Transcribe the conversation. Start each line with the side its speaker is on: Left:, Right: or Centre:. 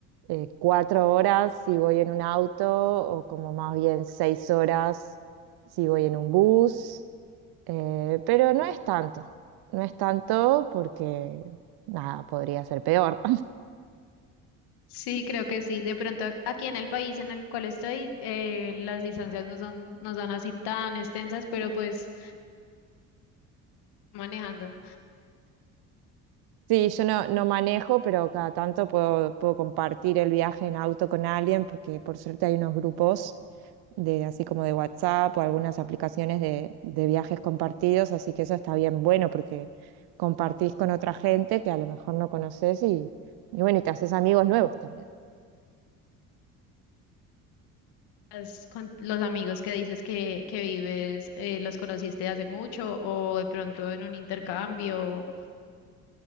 Right: eh, cuatro horas si voy en un auto o como más bien seis horas si voy en un bus, eh, pero no es tanto, no es tanto porque nada, podría ser peor.
Left: Sí, creo que sí. De pronto ac- aquí en el país en el cual estoy, eh, las distancias no son, no son así tan extensas, pero pues manejando.
Right: Sí, yo no, no manejo, pero cada tanto puedo, puedo compartir el viaje en auto con alguien, porque por suerte hay unos grupos de así como de WhatsApp o algunas aplicaciones de, de viajes compartidos, así que eso está bien bueno porque compartís con otra gente que a lo mejor no conoces y, y bueno, y te haces amigos nuevos también.
Left: has con los amigos que dices que, que vives, eh, los conociste hace mucho o de pronto en un intercambio?